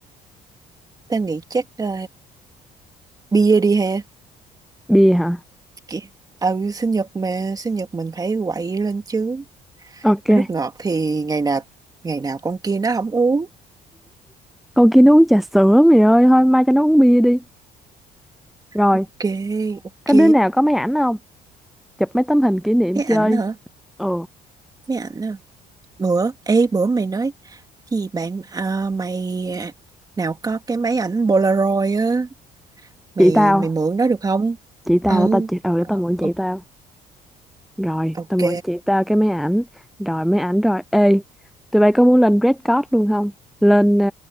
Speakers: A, on the right; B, in the centre.
A: tao nghĩ chắc ờ, bia đi ha.
B: bia hả
A: Kì- Ừ, sinh nhật mà, sinh nhật mình phải quậy lên chứ.
B: ok
A: Nước ngọt thì ngày nào ngày nào con kia nó không uống.
B: Con kia nó uống trà sữa mày ơi, thôi mai cho nó uống bia đi. Rồi,
A: Ok, ok.
B: có đứa nào có máy ảnh không? Chụp mấy tấm hình kỷ niệm
A: Máy
B: chơi.
A: ảnh hả?
B: Ừ,
A: Máy ảnh hả? bữa ê bữa mày nói gì bạn à, mày nào có cái máy ảnh Polaroid á mày
B: chị tao,
A: mày mượn đó được không
B: chị tao
A: ừ
B: để tao chị ừ để
A: Ờ,
B: tao mượn
A: ô-
B: chị tao. Rồi,
A: ok
B: tao mượn chị tao cái máy ảnh. Rồi máy ảnh rồi. Ê, tụi bay có muốn lên Red Card luôn không? Lên ờ,